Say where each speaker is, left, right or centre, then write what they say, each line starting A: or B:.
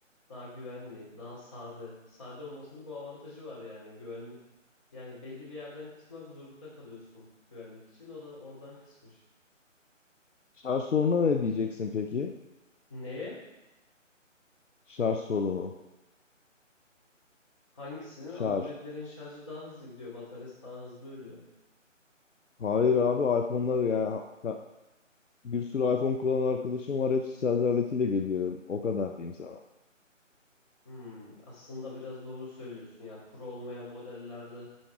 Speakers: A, on the left; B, on the left.
A: Daha güvenli, daha sade. Sade olmasının bu avantajı var yani. Güvenli. Yani belli bir yerden kısmak zorunda kalıyorsun güvenlik için. O da oradan kısmış.
B: şarj sorununa ne diyeceksin peki?
A: Neye?
B: Şarj sorunu.
A: Hangisinin?
B: Şarj.
A: Android'lerin şarjı daha hızlı gidiyor. Bataryası daha hızlı ölüyor.
B: Hayır abi iPhone'lar ya. Ha- Bir sürü iPhone kullanan arkadaşım var. Hepsi şarj aletiyle geliyor. O kadar diyeyim sana.
A: Hmm, aslında biraz doğru söylüyorsun ya. Pro olmayan modellerde